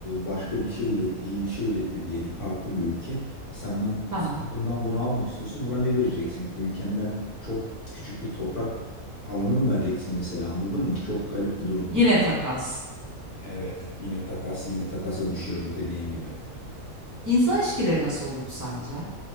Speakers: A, on the left; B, on the right.
A: başka bir şey üretti, iyi bir şey üretti diyelim farklı bir ülke. Sen, ben,
B: Tamam.
A: sen bundan bunu almak istiyorsun. Buna ne vereceksin? Ülkenden çok küçük bir toprak alanı mı vereceksin mesela anladın mı? Çok garip bir durum.
B: Yine takas.
A: Evet, yine takas, yine takasa düşüyoruz dediğin gibi.
B: İnsan ilişkileri nasıl olurdu sence?